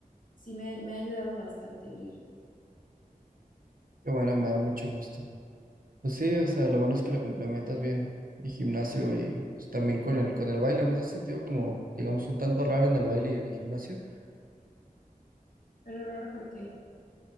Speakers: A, on the left; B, on the right.
A: sí me, ha- me ha ayudado bastante el ir.
B: Que bueno, me da mucho gusto. Pues sí, o sea, lo bueno es que lo complementas bien el gimnasio y pues también con el con el baile, ¿no te has sentido como, digamos, un tanto raro en el baile y en el gimnasio?
A: Pero raro, ¿por qué?